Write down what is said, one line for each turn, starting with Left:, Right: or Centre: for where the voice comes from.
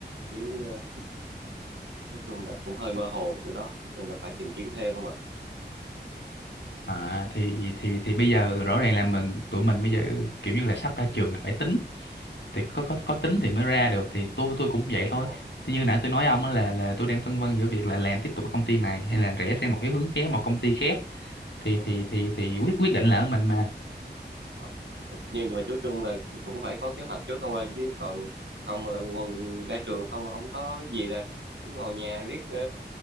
Right: chứ ờ, nói chung là cũng hơi mơ hồ chỗ đó nên là phải tìm kiếm thêm không ạ
Left: à, thì thì thì bây giờ rõ ràng là mình tụi mình bây giờ kiểu như là sắp ra trường là phải tính thì có có có tính thì mới ra được thì tôi tôi cũng vậy
Right: đúng
Left: thôi
Right: rồi
Left: thì như nãy tôi nói ông á là là tôi đang phân vân giữa việc là làm tiếp tục ở công ty này hay là rẽ sang một cái hướng khác một công ty khác thì
Right: đúng
Left: thì
Right: rồi
Left: thì thì quyết quyết định là ở mình mà
Right: Rồi. nhưng mà chú Trung là cũng phải có kế hoạch trước ông ơi chứ còn không là quần ra trường không ông có gì là cứ ngồi nhà riết ờ,